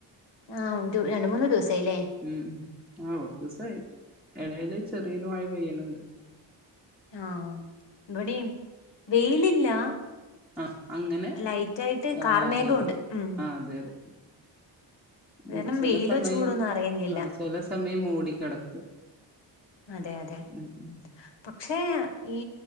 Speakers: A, on the left; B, in the centre.
A: ആഹ് ഒരു രണ്ട് മൂന്ന് ദിവസായില്ലേ.
B: ഉം ഉം. ആഹ് കൊറച്ചൂസായി. എടേല് ചെറിയൊരു മഴ പെയ്യ്ണ് ണ്ട്.
A: ആഹ് ഇവടിം വെയിലില്ലാ
B: ആ അങ്ങനെ
A: ലൈറ്റായിട്ട്
B: ആ
A: കാർ
B: അതെ
A: മേഘ
B: അതെ
A: ഉണ്ട് ഉം.
B: അതെ അതെ.
A: കാരണം
B: മു ചെല
A: വെയിലോ
B: സമയം
A: ചൂടൊന്നും അറിയുന്നില്ല
B: ആഹ് ചെല സമയം മൂടിക്കെടക്കാ.
A: അതെ അതെ
B: ഉം ഉം.
A: പക്ഷേ ഈ